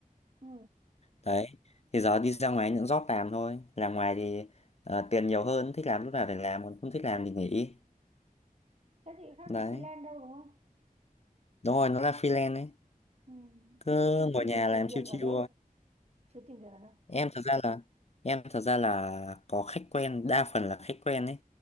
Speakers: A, on the right (about 45°); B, on the left (about 45°).
A: Ừ.
B: đấy thì giờ đi ra ngoài những job làm thôi làm ngoài thì ờ, tiền nhiều hơn thích làm lúc nào thì làm còn không thích làm thì nghỉ
A: Thế thì khác
B: đấy
A: gì freelance đâu đúng không?
B: đúng rồi nó là freelance ấy
A: Ừ.
B: cứ
A: Thế thì chú
B: ngồi
A: tìm
B: nhà làm
A: tìm việc
B: chill
A: ở
B: chill
A: đâu? Chú tìm việc ở đâu?
B: em thật ra là em thật ra là có khách quen đa phần là khách quen ấy